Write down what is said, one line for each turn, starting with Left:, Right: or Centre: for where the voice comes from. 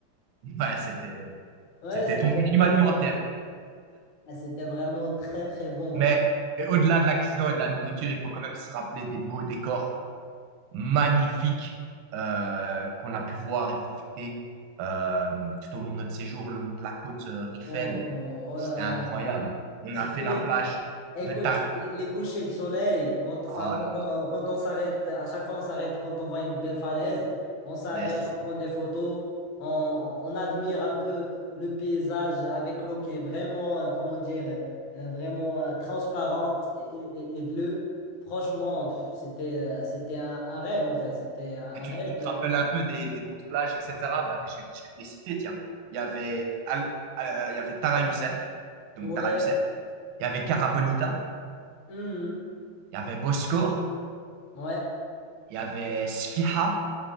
Right: ouais, c'était,
Left: Ouais,
Right: c'était
Left: c'était
Right: ton régime
Left: vraiment,
Right: alimentaire.
Left: c'était vraiment très, très bon,
Right: Mais
Left: hein.
Right: mais au-delà de l'accident et de la nourriture, il faut quand même se rappeler des beaux décors Magnifique euh, qu'on a pu voir et profiter euh, tout au long de notre séjour, le long de la côte euh, Rifaine.
Left: Oh, oh, oh
Right: C'était
Left: là là.
Right: incroyable.
Left: là.
Right: On
Left: Surtout
Right: a fait la
Left: les
Right: plage
Left: Écoute,
Right: de Ta...
Left: les couchers de soleil, quand, enfin,
Right: Ah
Left: quand
Right: là là,
Left: on, quand on s'arrête, à chaque fois on s'arrête quand on voit une belle falaise, on s'arrête,
Right: yes.
Left: on prend des photos, on, on admire un peu le paysage avec l'eau qui est vraiment, euh, comment dire, euh, vraiment euh, transparente et, et- et bleue. Franchement, pff, c'était, euh, c'était un, un rêve en fait, c'était un, un
Right: Et tu,
Left: rêve.
Right: tu te
Left: euh,
Right: rappelles un peu des, des noms de plages, etc. Bah, je, vais, je vais te les citer, tiens. Il y avait, Al- euh, il y avait Tara Youssef, donc
Left: Ouais,
Right: Tara Youssef. Il y avait Cara Bonita,
Left: Mhm.
Right: il y avait Boscor,
Left: ouais,
Right: il y avait Sfiha,